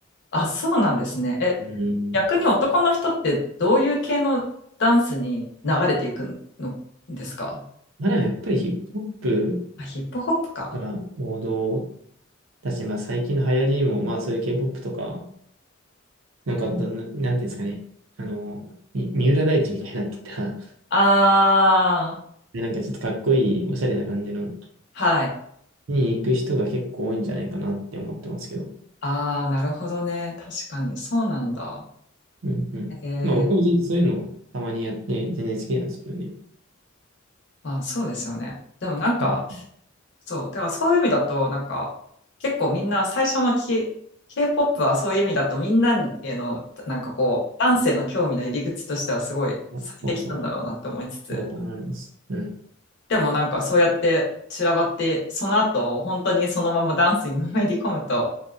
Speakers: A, on the left; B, on the right.
A: あ、そうなんですね。え、
B: れない。うん。
A: 逆に男の人ってどういう系のダンスに流れていくのですか
B: まあでもやっぱりヒップホップ
A: あ、ヒップホップか。
B: が王道だし、まあ最近の流行りも、まあそういう K-POP とか、なんかだな、なんていうんですかね。あの、み三浦大知みたいになってた
A: ああ、
B: でなんかちょっとかっこいい、おしゃれな感じの、
A: はい。
B: に行く人が結構多いんじゃないかなって思ってますけど。
A: ああ、なるほどね。確かに、そうなんだ。
B: うんうん。
A: ええ、
B: まあ僕も全然そういうのをたまにやって、全然好きなんですけどね。
A: まあ、そうですよね。でもなんか、
B: うんうん
A: そう、だからそういう意味だと、なんか、結構みんな最初のき K、K-POP はそういう意味だと、みんなへの、なんかこう、男性の興味の入り口としてはすごい最適なんだろうなって思いつつ、
B: やそうそう。そうだと思います。うん。
A: でもなんかそうやって散らばって、その後、本当にそのままダンスにのめり込むと